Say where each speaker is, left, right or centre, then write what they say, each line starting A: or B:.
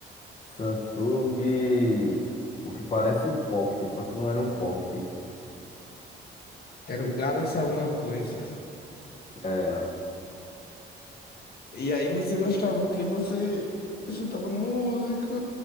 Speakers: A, on the left; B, on the left.
A: Samsung, o que parece um Pocket, só que não era um Pocket.
B: Era o Galaxy alguma coisa.
A: Era.
B: E aí você gostava que você escutava música,